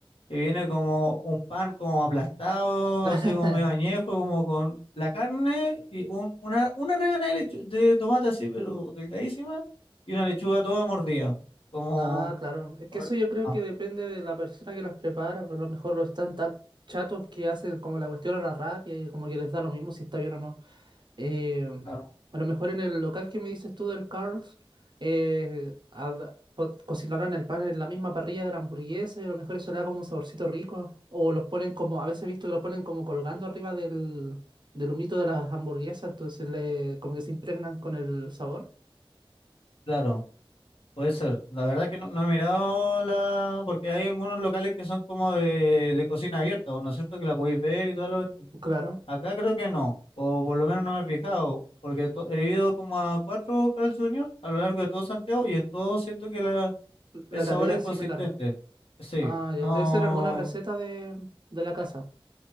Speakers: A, on the left; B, on the right.
A: que viene como un pan como aplastado,
B: <laughs>
A: así como medio añejo, como con la carne y un- una, una rebanada de, lechu- de tomate así, pero delgadísima, y una lechuga toda mordida, como...
B: ah, claro. Es que
A: por-
B: eso yo creo
A: ah,
B: que depende de la persona que los prepara. pero A lo mejor lo están tan chatos que hacen como la cuestión a la rápida y como que les da lo mismo si está bien o no. Eh,
A: claro,
B: a lo mejor en el local que me dices tú del Carl's, eh, hab- po- cocinarán el pan en la misma parrilla de la hamburguesa y a lo mejor eso le da como un saborcito rico. O los ponen como, a veces he visto que los ponen como colgando arriba del, del humito de las hamburguesas, entonces le, como que se impregnan con el sabor.
A: claro, puede ser. La verdad que no, no he mirado la... porque hay algunos locales que son como de, de cocina abierta, ¿no es cierto? Que la podéis ver y todo lo
B: Claro.
A: Acá creo que no, o por lo menos no me he fijado. Porque to- he ido como a cuatro Carl Jr. a lo largo de todo Santiago y en todo siento que la, El
B: La
A: sabor
B: calidad
A: es
B: es
A: consistente.
B: similar.
A: Sí,
B: Ah,
A: no.
B: ya. Debe ser alguna receta de, de la casa.